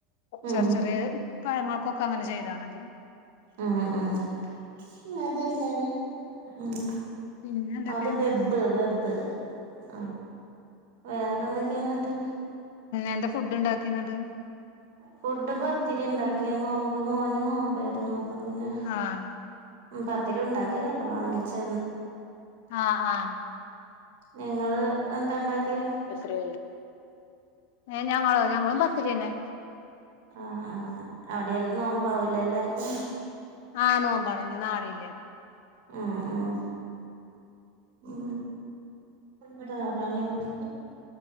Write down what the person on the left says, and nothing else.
ചെറിയ ചെറിയ പഴങ്ങൾക്കൊക്കെ അങ്ങനെ ചെയ്താന്നതി
പിന്നെ എന്തൊക്കെ
എന്താ ഫുഡ് ഉണ്ടാക്കിത്
ആഹ്
ആഹ് ആഹ്
എത്ര ആയ് ഏയ് ഞങ്ങളോ ഞങ്ങളും പത്തിരി തന്നെ
ആഹ് നോമ്പണ ഇ നാളീല്ലേ